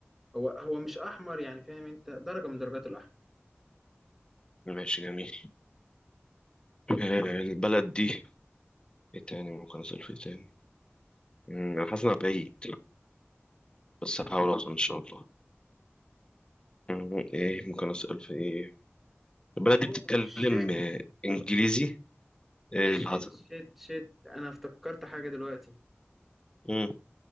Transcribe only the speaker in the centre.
هو هو مش أحمر يعني فاهم أنت درجة من درجات
الأحمر
اوه
شيت
شيت
شيت شيت انا افتكرت حاجه دلوقتي